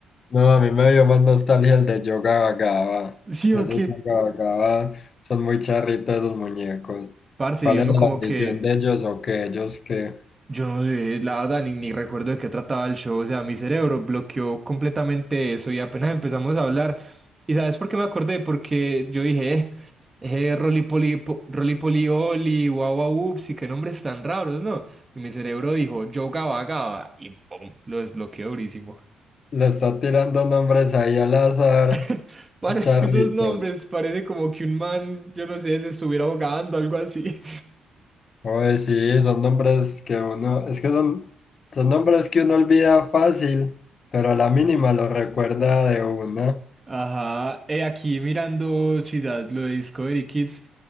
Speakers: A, on the left (about 45°); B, on the right (about 20°).
A: No, a mí me dio más nostalgia el de Yoga Vagaba.
B: Sí,
A: Ese
B: o
A: Yoga Vagaba son muy charritos esos muñecos.
B: Parce,
A: ¿Cuál
B: y uno
A: es la
B: como
A: ambición
B: que
A: de ellos o qué ellos que
B: Yo no sé, la verdad, ni, ni recuerdo de qué trataba el show, o sea, mi cerebro bloqueó completamente eso y apenas empezamos a hablar. ¿Y sabes por qué me acordé? Porque yo dije, eh, eh, Rolipoli, po- Rolipoli Oli, guau Guau Ups, y qué nombres tan raros, ¿no? Y mi cerebro dijo, yo Gaba Gaba, y pum, lo desbloqueó durísimo.
A: le está tirando nombres ahí al azar?
B: <laughs> Para,
A: Charritos.
B: es que esos nombres parece como que un man, yo no sé, se estuviera ahogando, algo así.
A: Oye, sí, son nombres que uno, es que son, son nombres que uno olvida fácil, pero a la mínima lo recuerda de una.
B: Ajá, eh, aquí mirando si da- lo de Discovery Kids,